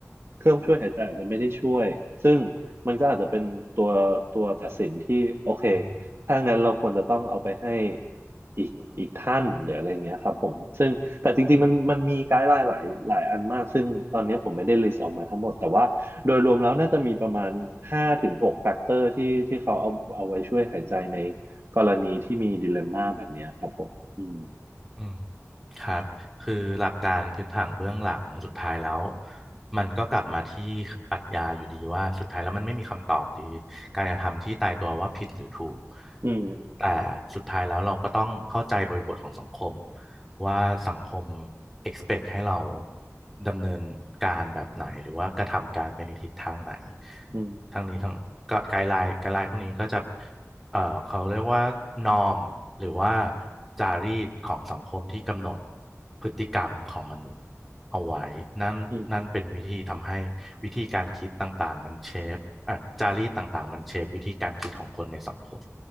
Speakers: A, on the right; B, in the centre.
A: เครื่องช่วยหายใจอาจจะไม่ได้ช่วย ซึ่ง มันก็อาจจะเป็นตัวตัวตัดสินที่โอเค
B: อืม
A: ถ้างั้นเราควรจะต้องเอาไปให้อีกอีกท่านหรืออะไรอย่างเงี้ยครับผม ซึ่งแต่จริงๆมันมันมีไกด์ไลน์หลายหลายอันมาก
B: อืม
A: ซึ่งตอนนี้ผมไม่ได้ลิสต์ออกมาทั้งหมด แต่ว่าโดยรวมแล้วน่าจะมีประมาณห้าถึงหกแฟกเตอร์ที่ที่เขาเอาเอาไว้ช่วยหายใจในกรณีที่มีดิเลมม่าแบบเนี้ยครับผม อืม
B: อืมครับคือหลักการพื้นฐานเบื้องหลังสุดท้ายแล้วมันก็กลับมาที่ปรัชญาอยู่ดีว่าสุดท้ายแล้วมันไม่มีคำตอบดีการกระทำที่ตายตัวว่าผิดหรือถูก
A: อืม
B: แต่สุดท้ายแล้วเราก็ต้องเข้าใจบริบทของสังคมว่าสังคม expect ให้เราดำเนินการแบบไหนหรือว่ากระทำการไปในทิศทางไหน
A: อืม
B: ทั้งนี้ทั้งก็ไกด์ไลน์ไกด์ไลน์พวกนี้ก็จะ เอ่อเขาเรียกว่านอมหรือว่าจารีตของสังคมที่กำหนดพฤติกรรมของมนุษย์เอาไว้นั่นนั่นเป็นวิธีทำให้วิธีการคิดต่างๆมันเชฟเอ่อจารีตต่างๆมันเชฟวิธีการคิดของคนในสังคม
A: อืม